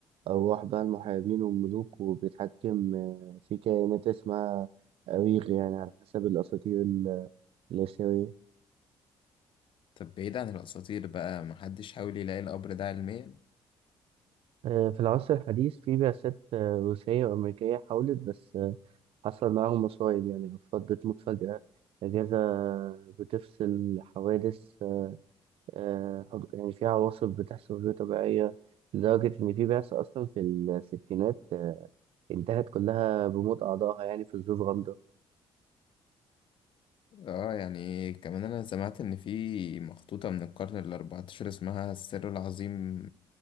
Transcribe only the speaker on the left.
طب بعيد عن الأساطير بقى محدش حاول يلاقي القبر ده علميا
اه يعني كمان أنا سمعت إن في مخطوطة من القرن الأربعتاشر اسمها السر العظيم